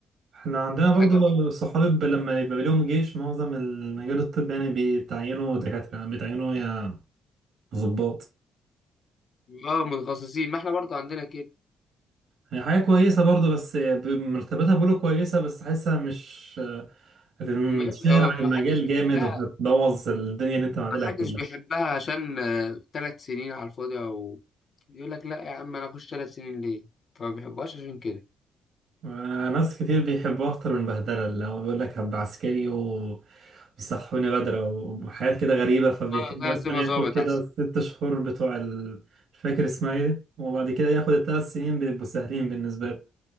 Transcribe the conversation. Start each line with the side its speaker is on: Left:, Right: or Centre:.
Right: احنا عندنا برضو
Left: حاجة
Right: صحابي ب- لما يبقى ليهم جيش معظم المجال الطبي يعني بيتعينوا دكاترة يعني بيتعينوا يا ضباط
Left: اه متخصصين ما احنا برضه عندنا كده
Right: يعني حاجة كويسة برضو بس ب- مرتباتها بيقولوا كويسة بس حاسة مش هتنشهر
Left: ما يبقى- هو
Right: عن
Left: ما
Right: المجال
Left: حدش بيحبها
Right: جامد وهتبوظ الدنيا اللي انت معادلها
Left: محدش
Right: كلها
Left: بيحبها عشان ثلاث سنين على الفاضي او يقول لك لا يا عم انا اخش ثلاث سنين ليه فما بيحبوهاش عشان كده
Right: آه، ناس كتير بيحبوا اكتر من بهدله اللي هو بيقول لك هبقى عسكري وبيصحوني بدري وحاجات كده غريبه فبيحب
Left: اه ده
Right: مثلا
Left: سيبها
Right: ياخد
Left: ظابط
Right: كده
Left: احسن
Right: ست شهور بتوع ال- مش فاكر اسمها ايه وبعد كده ياخد الثلاث سنين بيبقوا سهلين بالنسبه له